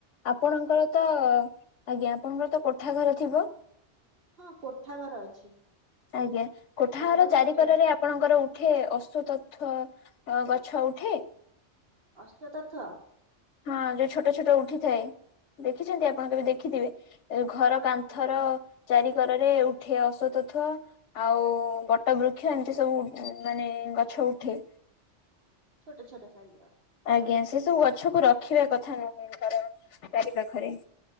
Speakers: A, on the left; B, on the right.
A: ଆପଣଙ୍କର ତ ଆଜ୍ଞା ଆପଣଙ୍କର ତ କୋଠା ଘର ଥିବ।
B: ହଁ କୋଠା ଘର ଅଛି।
A: ଆଜ୍ଞା, କୋଠାହାର
B: ଚାଳ ଘର
A: ଚାରିିକରରେ
B: ବି ଅଛି
A: ଆପଣଙ୍କର ଉଠେ ଅଶ୍ୱତଥ ଗଛ ଉଠେ?
B: ଅଶତଥ।
A: ହଁ ଯୋଉ ଛୋଟ ଛୋଟ ଉଠିଥାଏ। ଦେଖିଛନ୍ତି ଆପଣ କେବେ ଦେଖିଥିବେ। ଏଇ ଘର
B: ହଁ
A: କାନ୍ଥର
B: ହଁ
A: ଚାରିିକରରେ ଉଠେ ଅଶ୍ୱତଥ। ଆଉ ବଟ ବୃକ୍ଷ ଏମିତି ସବୁ ମାନେ ଗଛ ଉଠେ।
B: ଛୋଟ ଛୋଟ ସାଇଜିର।
A: ଆଜ୍ଞା, ସେ ସବୁ ଗଛକୁ ରଖିବା କଥା ନୁହେଁ? ତାର, ଚାରି ପାଖରେ।